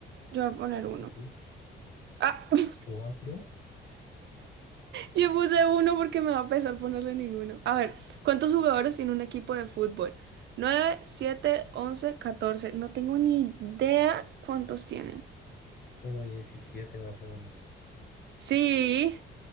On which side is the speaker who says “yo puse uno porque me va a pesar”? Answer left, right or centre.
Right